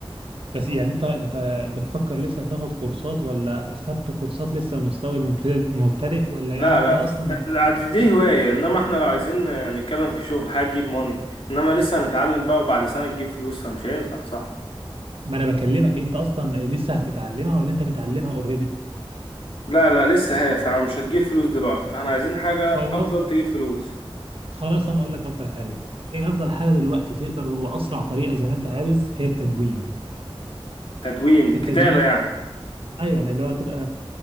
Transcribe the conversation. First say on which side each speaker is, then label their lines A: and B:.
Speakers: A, on the right; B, on the left.
A: بس يعني انت انت بتفكر لسه تاخد كورسات ولا خدت كورسات لسه مستوى المبتدئ مبتدئ ولا
B: لا
A: يعني انت
B: لا
A: اصلا
B: ف- لا، دي دي هواية إنما إحنا لو عايزين نتكلم في شغل حاجة تجيب ماني إنما لسه هنتعلم بقى وبعد سنة تجيب فلوس فمش هينفع صح
A: ما انا بكلمك انت اصلا لسه هتتعلمها ولا انت متعلمها اوريدي
B: لا لا لسه هي فمش هتجيب فلوس دلوقتي فاحنا عايزين حاجة
A: خلاص
B: أفضل تجيب فلوس
A: خلاص انا اقول لك افضل حاجه ايه افضل حاجه دلوقتي تقدر واسرع طريقه زي ما انت عاوز هي التدوين
B: تدوين
A: التدوين
B: كتابة يعني
A: ايوه يعني اللي هو تبقى